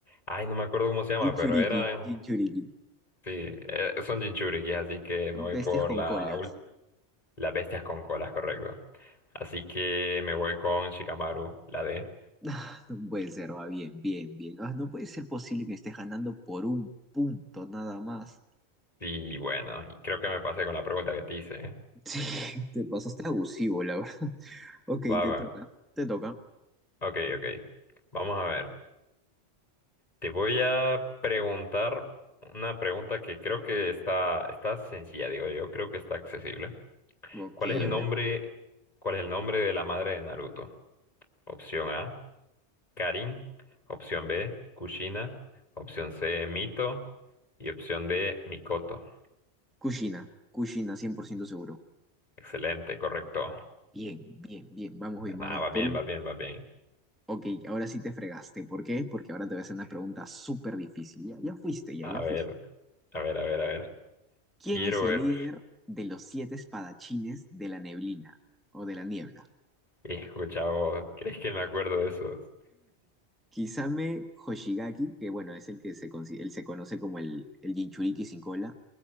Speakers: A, on the left; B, in the centre.
A: Ay, no me acuerdo cómo se llama,
B: Jinchuriki,
A: pero era...
B: Jinchuriki.
A: Sí, eh, son Jinchuriki, así que me
B: Bestias
A: voy por
B: con
A: la
B: colas.
A: ul-
B: <laughs>
A: las bestias con colas, correcto. Así que me voy con Shikamaru, la D.
B: Ah, no puede ser, va bien, bien, bien. Ah, no puede ser posible que estés ganando por un punto nada más.
A: Y bueno, y creo que me pasé con la pregunta que te hice. ¿eh?
B: Sí, <laughs> te pasaste abusivo, la verdad. <laughs> Ok,
A: Va,
B: te
A: va.
B: toca. Te toca.
A: Ok, ok. Vamos a ver. Te voy a preguntar una pregunta que creo que está, está sencilla, digo yo. Creo que está accesible.
B: Ok,
A: ¿Cuál es el
B: a
A: nombre,
B: ver.
A: cuál es el nombre de la madre de Naruto? Opción A, Karin, opción B, Kushina, opción C, Mito y opción D, Mikoto.
B: Kushina. Kushina, cien por ciento seguro.
A: Excelente, correcto.
B: Bien, bien, bien. Vamos bien, vamos
A: Nada,
B: bien.
A: va
B: Por
A: bien,
B: un...
A: va bien, va bien.
B: Ok, ahora sí te fregaste. ¿Por qué? Porque ahora te voy a hacer una pregunta súper difícil. Ya, ya fuiste, ya,
A: A
B: ya
A: ver,
B: fuiste.
A: a ver, a ver, a ver.
B: ¿Quién
A: Quiero
B: es el
A: ver.
B: líder de los siete espadachines de la neblina o de la niebla?
A: Hijo, chavo, ¿crees que me acuerdo de esos?
B: Kisame Hoshigaki, que bueno, es el que se, consi- él se conoce como el, el Jinchuriki sin cola.